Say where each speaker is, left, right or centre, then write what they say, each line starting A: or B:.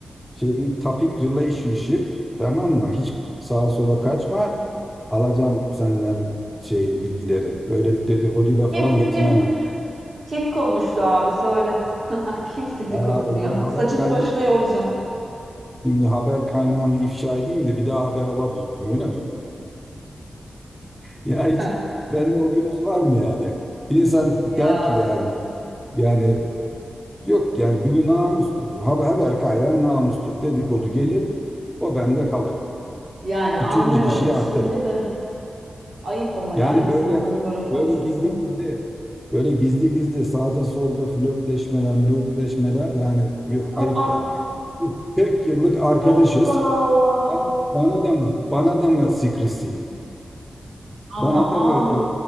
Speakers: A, in the centre; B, on the right.
A: şeyi topic relationship tamam mı? Hiç sağa sola kaçma. Alacağım senden şeyi bilgileri. Öyle dedikoduyla falan
B: Kim
A: yetinemem.
B: kim Kim konuştu abi söyle. <laughs> Kim dedikodu
A: Ya
B: mu ya?
A: ben haber
B: Saçını
A: kaynağı
B: başını yolacağım.
A: şimdi haber kaynağını ifşa edeyim de bir daha haber alamayayım öyle mi? Ya hiç
B: <laughs>
A: bende o göz var mı yani? İnsan
B: Ya
A: der ki yani yani yok yani bu namustur. Haber, haber kaynağı namustur. Dedikodu gelir o bende kalır.
B: yani anlıyorum
A: Üçüncü kişiye
B: şimdi
A: aktarım.
B: de ayıp ama
A: Yani
B: ya insanların
A: böyle
B: böyle konuşması.
A: böyle gizli gizli böyle gizli gizli sağda solda flörtleşmeler flörtleşmeler yani yuh, ayıp
B: Aa,
A: yani. 40 yıllık arkadaşız.
B: Allah Allah.
A: Ben, bana da mı? Bana da mı sikrisi?
B: Ama
A: Bana da mı?
B: abi